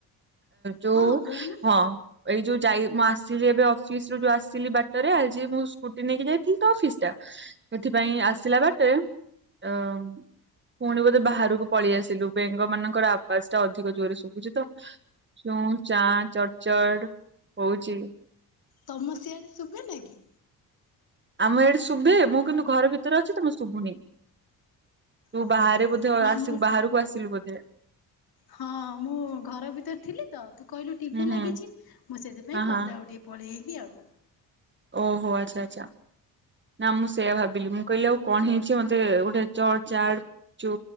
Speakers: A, on the right; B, on the left.
A: ଯୋଉ
B: ହଁ କହୁନୁ
A: ହଁ ଏଇ ଯୋଉ ଯାଇ ମୁଁ ଆସିଲି ଏବେ ଅଫିସ୍ ରୁ ଯୋଉ ଆସିଲି ବାଟରେ ଆଜି ମୁଁ ସ୍କୁଟି ନେଇକି ଯାଇଥିଲି ତ ଅଫିସ୍। ସେଥିପାଇଁ ଆସିଲା ବାଟେ ଅ ପୁଣି ବୋଧେ ବାହାରକୁ ପଳେଇ ଆସିଲୁ ବେଙ୍ଗ ମାନଙ୍କର ଆବାଜ୍ ଟା ଅଧିକ ଜୋରରେ ଶୁଭୁଛି ତ ଚୁଁ ଚାଁ ଚଡ୍ ଚଡ୍ ହଉଚି।
B: ତମ ସିିଆଡେ ଶୁଭେନା କି?
A: ଆମ ଏଠି ଶୁଭେ ମୁଁ କିନ୍ତୁ ଘର ଭିତରେ ଅଛି ତମେ ଶୁଭୁନି। ତୁ
B: ଓହୋ
A: ବାହାରେ ବୋଧେ
B: ନା
A: ଆସିବୁ
B: ମୁଁ
A: ବାହାରକୁ ଆସିଲୁ ବୋଧେ
B: ହଁ ମୁଁ ଘର ଭିତରେ ଥିଲି ତ ତୁ କହିଲୁ ଟିଭି
A: ହୁଁ
B: ଲାଗିଛି
A: ହୁଁ
B: ମୁଁ ସେଥିପାଇଁ
A: ହଁ
B: ପଦାକୁ
A: ହଁ
B: ଟିକେ ପଳେଇଲ୍ ଲି ଆଉ।
A: ଓହୋ ଆଚ୍ଛା ଆଚ୍ଛା ନା ମୁଁ ସେତା ଭାବିଲି ମୁଁ କହିଲି ଆଉ କଣ ହେଇଛି ମତେ ଗୋଟେ ଚଡ୍ ଚାଡ୍ ଚୁ